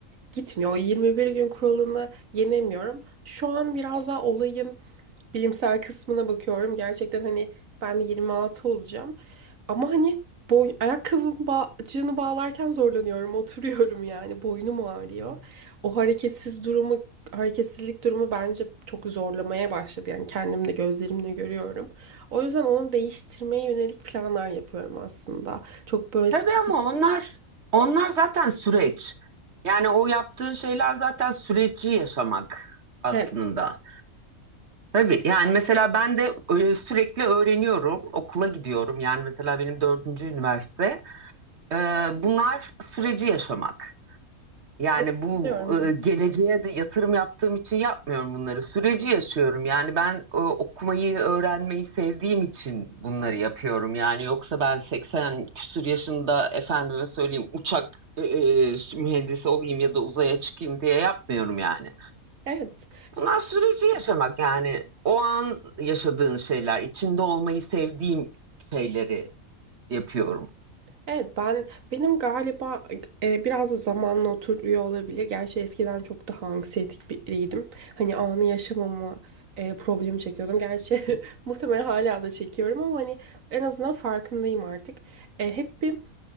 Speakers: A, on the right; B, on the right.
A: gitmiyor. O 21 gün kuralını yenemiyorum. Şu an biraz daha olayın bilimsel kısmına bakıyorum. Gerçekten hani ben de 26 olacağım. Ama hani boy ayakkabım bağcığını bağlarken zorlanıyorum. <laughs> Oturuyorum yani. Boynum ağrıyor. O hareketsiz durumu hareketsizlik durumu bence çok zorlamaya başladı. Yani kendim de gözlerimle görüyorum. O yüzden onu değiştirmeye yönelik planlar yapıyorum aslında. Çok böyle
B: Tabii
A: sp-
B: ama onlar onlar zaten süreç. Yani o yaptığın şeyler zaten süreci yaşamak aslında.
A: evet.
B: Tabii yani mesela ben de e, sürekli öğreniyorum, okula gidiyorum. Yani mesela benim dördüncü üniversite. E, bunlar süreci yaşamak. Yani
A: Evet.
B: bu
A: diyorum, Evet.
B: e, geleceğe de yatırım yaptığım için yapmıyorum bunları. Süreci yaşıyorum. Yani ben e, okumayı, öğrenmeyi sevdiğim için bunları yapıyorum. Yani yoksa ben 80 küsur yaşında efendime söyleyeyim uçak e, e, mühendisi olayım ya da uzaya çıkayım diye yapmıyorum yani.
A: Evet.
B: Bunlar süreci yaşamak yani o an yaşadığın şeyler, içinde olmayı sevdiğim şeyleri yapıyorum.
A: Evet ben benim galiba e, biraz da zamanla oturuyor olabilir. Gerçi eskiden çok daha anksiyetik biriydim. Hani anı yaşamama e, problemi çekiyordum. Gerçi <laughs> muhtemelen hala da çekiyorum ama hani en azından farkındayım artık. E, hep bir